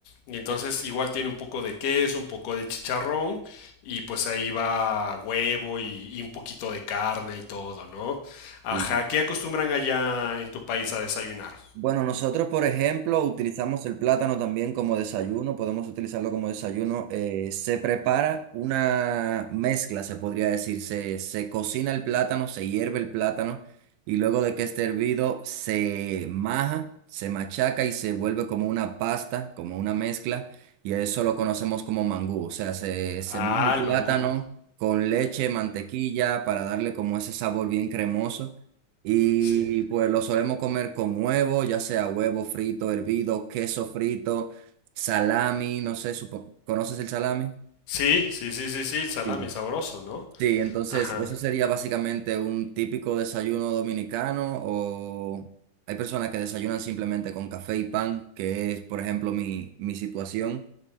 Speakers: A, on the left (about 85°); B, on the right (about 80°).
A: Y entonces igual tiene un poco de queso, un poco de chicharrón y pues ahí va huevo y, y un poquito de carne y todo, ¿no? Ajá,
B: sí.
A: ¿qué acostumbran allá en tu país a desayunar?
B: Bueno, nosotros, por ejemplo, utilizamos el plátano también como desayuno, podemos utilizarlo como desayuno. Eh, se prepara una mezcla, se podría decir. Se, se cocina el plátano, se hierve el plátano y luego de que esté hervido se maja, se machaca y se vuelve como una pasta, como una mezcla. Y a eso lo conocemos como mangú. O sea, se, se
A: Ah,
B: maja el
A: el
B: plátano
A: mangú.
B: con leche, mantequilla para darle como ese sabor bien cremoso. Y
A: Sí.
B: pues lo solemos comer con huevo, ya sea huevo frito, hervido, queso frito, salami, no sé, supo- ¿conoces el salami?
A: Sí, sí, sí, sí, sí, el salami
B: Sí.
A: sabroso, ¿no?
B: Sí, entonces
A: Ajá.
B: eso sería básicamente un típico desayuno dominicano o hay personas que desayunan simplemente con café y pan, que es, por ejemplo, mi, mi situación.